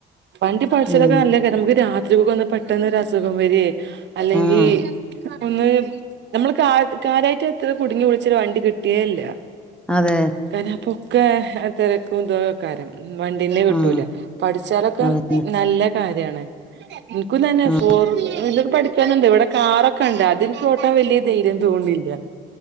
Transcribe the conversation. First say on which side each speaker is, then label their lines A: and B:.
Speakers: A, on the right (about 65°); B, in the centre.
A: വണ്ടി പഠിച്ചാലൊക്കെ
B: ഉം
A: നല്ലകാര്യാ നമുക്ക് രാത്രി ഒക്കെ ഒന്ന് പെട്ടെന്നൊരു അസുഖം വെരേ അല്ലെങ്കി
B: ആഹ്
A: ഒന്ന് നമ്മള് കാ കാര്യയിട്ട് എത്ര കുടുങ്ങി വിളിച്ചരു വണ്ടി കിട്ടേല്ല
B: അതെ
A: <unintelligible> അപ്പൊക്കെ തെരക്കും ഇതൊക്കെക്കാരം വണ്ടീ
B: ആഹ്
A: കിട്ടൂല പഠിച്ചാലൊക്കെ
B: അതന്നെ
A: നല്ല കാര്യാണ് ഇന്ക്കും തന്നെ
B: ആ
A: ഫോർവീലർ പഠി ക്കണന്ന്ണ്ട് ഇവിടെ കാറൊക്കെണ്ട് അതിന്ക്ക് ഓട്ടാൻ വല്ല്യ ധൈര്യം തോന്ന്ണില്ല